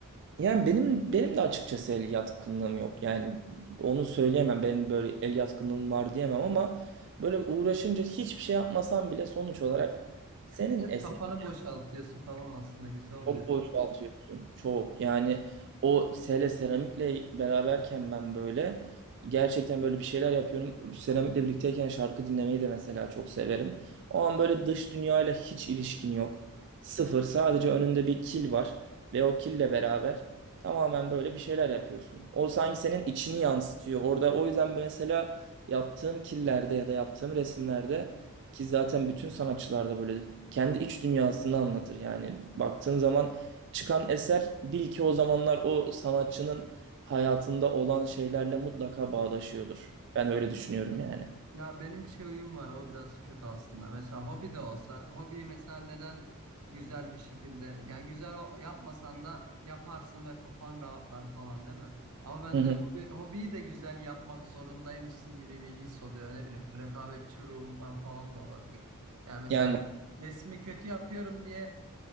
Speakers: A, on the right; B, on the right.
A: Yani benim benim de açıkçası el yatkınlığım yok. Yani onu söyleyemem. Benim böyle el yatkınlığım var diyemem ama böyle uğraşınca hiçbir şey yapmasam bile sonuç olarak senin
B: Evet
A: eserin
B: kafanı boşaltıyorsun falan aslında güzel oluyor.
A: Çok boşaltıyorsun. Çok. Yani o hele seramikle beraberken ben böyle gerçekten böyle bir şeyler yapıyorum. Seramikle birlikteyken şarkı dinlemeyi de mesela çok severim. O an böyle dış dünyayla hiç ilişkin yok. Sıfır. Sadece önünde bir kil var ve o kille beraber tamamen böyle bir şeyler yapıyorsun. O sanki senin içini yansıtıyor. Orada o yüzden mesela yaptığım killerde ya da yaptığım resimlerde ki zaten bütün sanatçılarda böyle kendi iç dünyasını anlatır yani. Baktığın zaman çıkan eser bil ki o zamanlar o sanatçının hayatında olan şeylerle mutlaka bağdaşıyordur. Ben öyle düşünüyorum yani.
B: Ya benim şey huyum var o biraz kötü aslında. Mesela hobi de olsa hobiyi mesela neden güzel bir şekilde yani güzel o- yapmasan da yaparsın ve kafan rahatlar falan değil mi? Ama ben
A: Hı hı.
B: de hobi, hobiyi de güzel yapmak zorundaymışsın gibi bir his oluyor ne bileyim rekabetçi ruhumdan falan da olabilir. Yani mesela
A: Yani
B: resmi kötü yapıyorum diye